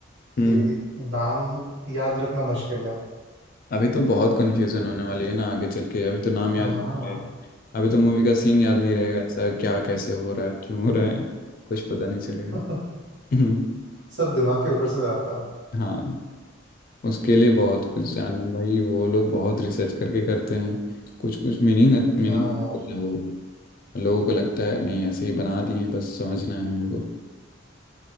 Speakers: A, on the left (about 45°); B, on the right (about 65°).
A: हम्म
B: कि नाम याद रखना मुश्किल है
A: अभी तो बहुत कंफ्यूजन होने वाली है ना आगे चल के अभी तो नाम याद
B: हाँ
A: नहीं रहे अभी तो मूवी का सीन याद नहीं रहेगा ऐसा क्या कैसे हो रहा है क्यों हो रहा है कुछ पता नहीं चलेगा
B: <laughs>
A: हम्म,
B: सब दिमाग के ऊपर से जाता है
A: हाँ उसके लिए बहुत कुछ जानना भाई वो लोग बहुत रिसर्च करके करते हैं कुछ कुछ मीनिंग मीनिंग
B: हाँ यार
A: वो लोगों को लगता है नहीं ऐसे ही बना दिए हैं, बस समझना है हम लोगों